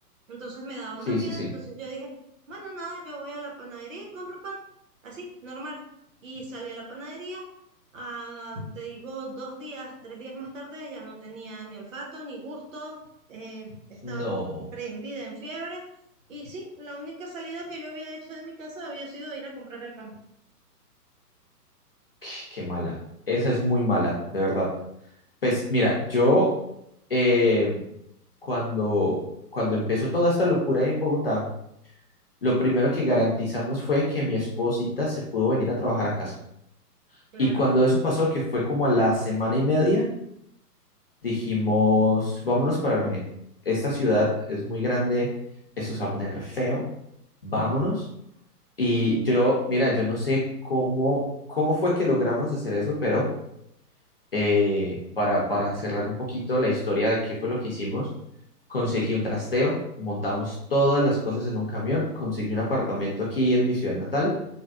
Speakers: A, on the right; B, on the left.
A: entonces me daba
B: sí,
A: más miedo,
B: sí, sí.
A: entonces yo dije, bueno, nada, yo voy a la panadería y compro pan, así, normal. Y salí a la panadería, ah, te digo, dos días, tres días más tarde ya no tenía ni olfato, ni gusto. eh, estaba
B: No,
A: prendida en fiebre. Y sí, la única salida que yo había hecho de mi casa había sido ir a comprar el pan.
B: qué qué mala. Esa es muy mala, de verdad. Pues mira, yo eh, cuando, cuando empezó toda esta locura ahí en Bogotá, lo primero que garantizamos fue que mi esposita se pudo venir a trabajar a casa.
A: Claro,
B: Y cuando eso pasó, que fue como a la semana y media, dijimos, vámonos para Armenia. Esta ciudad es muy grande, esto se va a poner feo, vámonos. Y yo, mira, yo no sé cómo, cómo fue que logramos hacer eso, pero eh, para, para cerrar un poquito la historia de qué fue lo que hicimos, conseguí un trasteo, montamos todas las cosas en un camión, conseguí un apartamento aquí en mi ciudad natal